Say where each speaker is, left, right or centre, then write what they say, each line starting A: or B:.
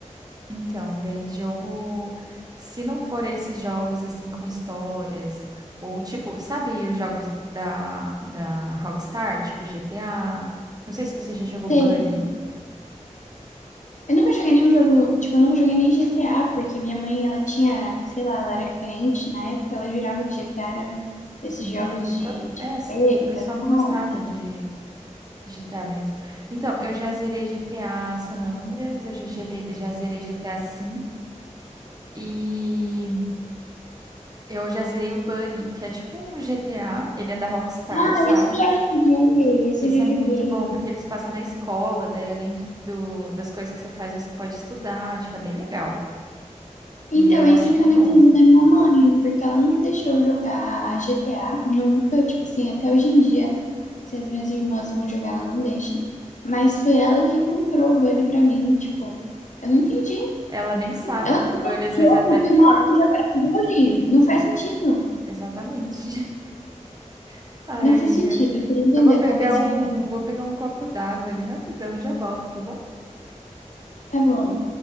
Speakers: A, on the right; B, on the left.
A: então, daí jogo, se não for esses jogos assim com histórias, ou tipo, sabe os jogos da, da Rockstar, tipo GTA? Não sei se você já jogou
B: cenas.
A: Bully.
B: Eu nunca joguei nenhum jogo, tipo, eu nunca joguei nem GTA, porque minha mãe, ela tinha, sei lá, ela era crente na época, ela jurava que GTA era esses
A: Entendi.
B: jogos de,
A: Todo...
B: de
A: É, sei,
B: capeta,
A: o pessoal não
B: sabe?
A: gostava de GTA mesmo. Então, eu já zerei GTA San Andreas, eu já zerei, já zerei GTA V e Eu já zerei o Bully, que é tipo um GTA, ele é da Rockstar,
B: Ah,
A: sabe?
B: esse eu já joguei, esse
A: Esse
B: eu já
A: é muito
B: joguei.
A: bom, porque eles passam na escola, daí além de- do, das coisas que você faz, você pode estudar, tipo, é bem legal.
B: Então,
A: E eu
B: esse
A: acho
B: que
A: muito
B: eu não
A: bom.
B: entendi da minha mãe, porque ela nunca deixou eu jogar GTA, nunca, tipo assim, até hoje em dia. Se as minhas irmãs vão jogar, ela não deixa. Mas foi ela que comprou o Bully pra mim, tipo, eu não entendi.
A: Ela nem sabe
B: Ela
A: que
B: comprou
A: o Bully
B: um
A: às vezes
B: jogo
A: é até pior.
B: que o nome já era bullying. Não faz sentido.
A: Exatamente. <laughs> Ai,
B: Não
A: amiga.
B: faz sentido. Eu queria entender
A: Eu vou
B: a
A: pegar
B: cabecinha
A: um,
B: dela.
A: vou pegar um copo d'água ali rapidão e já volto, tá bom?
B: Tá bom.